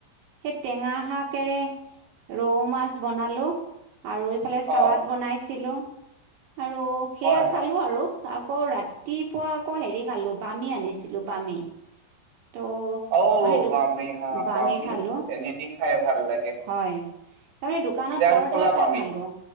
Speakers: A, on the right; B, on the right.
A: সেই টেঙা শাকেৰে ৰৌ মাছ বনালো। আৰু এইফালে
B: হাপ
A: চালাড
B: অ'
A: বনাইছিলোঁ। আৰু সেয়া
B: হয় হয়
A: খালোঁ আৰু। আকৌ ৰাতিপুৱা আকৌ হেৰি খালোঁ, বামী আনিছিলোঁ বামী তো
B: অ'
A: মানে দু,
B: বামি হা
A: বামি খালো,
B: চেনেদি খাই ভাল লাগে।
A: হয়। তাৰমানে দোকানত
B: চিৰাল
A: পৰঠা
B: ফলা
A: এটা
B: বামি
A: খালোঁ।